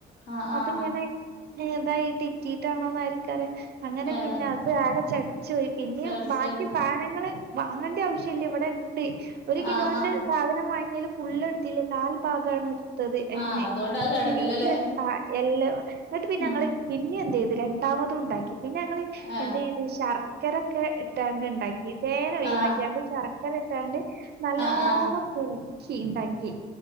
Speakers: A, on the left; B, on the right.
A: ആ
B: അത്
A: ആ ആ
B: ഇങ്ങനെ
A: ആ
B: ഏതായി ട്ടിറ്റിയിട്ടാണോന്ന് ആർക്കറിയാ അങ്ങനെ
A: ഏ
B: പിന്നെ അത് ആകെ ചടച്ചോയി പിന്നെയും
A: സേർച്ചല്ല
B: ബാക്കി സാനങ്ങള് വാങ്ങേണ്ടെ ആവശ്യം ഇല്ല ഇവിടെണ്ട് ഒരു കിലോന്റെ
A: ആ ആ
B: സാധനം വാങ്ങിയല് ഫുള്ള് എടുത്തില്ലേ കാൽ ഭാഗാണ് ത്തത് അയിനെ
A: ആ അതുകൊണ്ട് അത്
B: ഇത്തിരീച്ചേ
A: കേടന്നില്ലല്ലേ
B: ആഹ് എല്ലൊ എന്നിട്ട് പിന്നെ
A: ഉം
B: ഞങ്ങള് പിന്നേം എന്തെയ്ത് രണ്ടാമതും ഇണ്ടാക്കി പിന്നെ ഞങ്ങള്
A: ആ
B: എന്തെയ്ത് ശർക്കരൊക്കെ ഇ ട്ടാണ്ട് ഇണ്ടാക്കി തേന് ഒഴിവാക്കിയാണ്ട്
A: ആ
B: ശർക്കര ഇട്ടാണ്ട് നല്ലോണം
A: ആ ആ
B: കുറുക്കി ഇണ്ടാക്കി